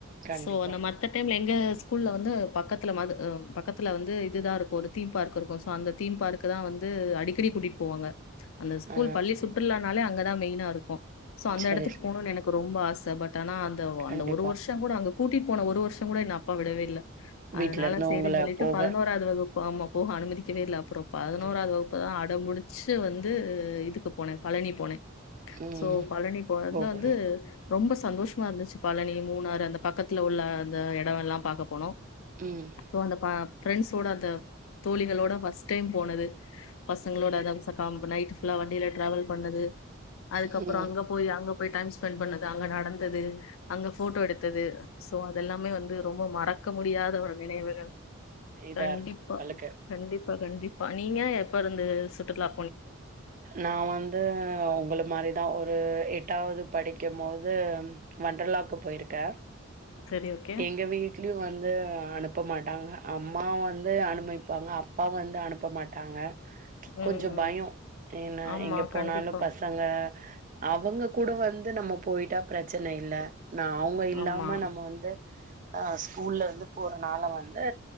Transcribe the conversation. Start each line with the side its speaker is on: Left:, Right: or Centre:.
Right: கண்டிப்பா
Left: சோ அந்த மத்த டைம்ல எங் ங்க ஸ்கூல்ல வந்து பக்கத்துல மது அ பக்கத்துல வந்து இதுதா இருக்கு அந்த தீம் பார்க் இருக்கு சோ அந்த தீம் பார்க்க தா வந்து அடிக்கடி கூட்டிட்டு போவாங்க அந்த ஸ்கூல்
Right: ஆ
Left: பள்ளி சுற்றுலானாலே அங்கதா மெயினா இருக்கு சோ அந்த
Right: சரி
Left: எடத்துக்கு
Right: சரி
Left: போணுன் எனக்கு ரொம்ப ஆச பட் ஆனா அந்தவ்
Right: கண்டிப்பா
Left: அந்த ஒரு வர்ஷங் கூட அங்க கூட்டிட் போன ஒரு வர்ஷங் கூட எங்க அப்பா விடவே இல்ல
Right: வீட்ல
Left: அதனால
Right: இருந்து
Left: சேரின்
Right: உங்கள
Left: சொல்லிட்டு
Right: போக
Left: பதுனோராவது வகுப் ஆமா போக அனுமதிக்கவே இல்ல அப்றோ பதினோராது
Right: இது
Left: வகுப்புதா அடம்புடி ச்சு வந்து இதுக்கு போனே பழனி போனே
Right: ம்
Left: சோ பழனி போ அதுல
Right: போகணு
Left: வந்து ரொம்ப ஸ் சந்தோஷமா இருந்துச்சு பழனி மூணாறு அந்த பக்கத்துல உள்ள அந்த எடோ எல்லா பாக்க போனோ
Right: ம்
Left: அப்போ அந்தப் பா ஃப்ரெண்ட்ஸ்ஸோட அந்த தோழிகளோட ஃபஸ்ட் டைம் போனது பசங்களோட அதாது த காம்பு நைட்டு ஃபுல்லா வண்டில ட்ராவல் பண்ணது அதுக்கப்பறோ
Right: ம்
Left: அங்க போய் அங்கப் போய் டைம் ஸ்பெண்ட் பண்ணது அங்க நடந்தது அங்க ஃபோட்டோ எடுத்தது சோ அதெல்லாமே வந்து ரொம்ப மறக்க முடியாத ஒரு நினைவுகள்
Right: இதா
Left: கண்டிப்பா
Right: இருக்கு உங்களுக்கு
Left: கண்டிப்பா கண்டிப்பா நீங்க எப்பருந்து சுட்டுக்லா
Right: நா வந்து அ ஒங்கள மாரிதா ஒரு எட் எட்டாவது படிக்கும்போது வண்டர்லாவுக்கு போயிருக்கே
Left: சரி ஓகே
Right: எங்க வீட்லியு வந்து அனுப் அனுப்ப மாட்டாங்க அம்மா வந்து அனுமதிப்பாங்க அப்பா வந்து அனுப்ப மாட்டாங்க
Left: ம்
Right: கொஞ்சோ
Left: ம்
Right: பயோ ஏனா
Left: ஆமா
Right: எங்க போனாலு
Left: கண்டிப்பா
Right: பசங்க அவங்க கூட வந்து நம்ம போயிட்டா பிரச்சன இல்ல நா அவுங்க இல்லாம
Left: ஆமா
Right: நம்ம வந்து அ ஸ்கூல்லருந்து போறனால வந்து